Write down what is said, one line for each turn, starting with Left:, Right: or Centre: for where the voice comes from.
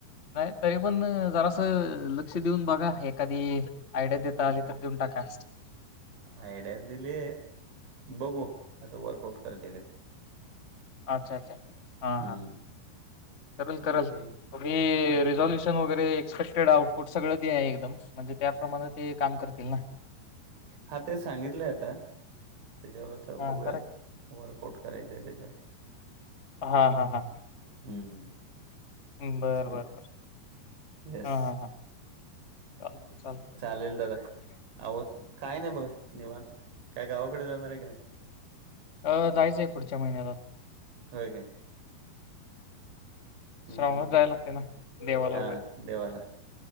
Left: नाही तरी पण जरासं लक्ष देऊन बघा एखादी आयडिया देता आली तर देऊन टाका.
Right: आयडिया दिले. बघू आता वर्कआउट करते का ते.
Left: अच्छा अच्छा हा
Right: हं.
Left: हा करल करल
Right: आणि
Left: तुम्ही
Right: ते बघूया.
Left: रिझॉल्युशन वगैरे एक्सपेक्टेड आउट पूट सगळं द्या एकदम म्हणजे त्याप्रमाणे ते काम करतील ना.
Right: हा ते सांगितलंय आता त्याच्यावर आता
Left: हां,
Right: बघूया.
Left: करेक्ट.
Right: वर्कआउट करायचंय त्याच्यावर.
Left: हा हा हा
Right: हम्म
Left: बरं
Right: एक्सपेक्ट
Left: बर बर
Right: येस.
Left: हा ह ह चालतय चालतय.
Right: चालेल दादा आवरतो. काय नाही बघा निवांत. काय गावाकडे जाणार आहे का नाही?
Left: हो जायचंय पुढच्या महिन्यात आता
Right: होय काय? हं,
Left: श्रावणात
Right: हं, हं.
Left: जायाय लागतय ना देवाला
Right: हां,
Left: वगैरे.
Right: देवाला.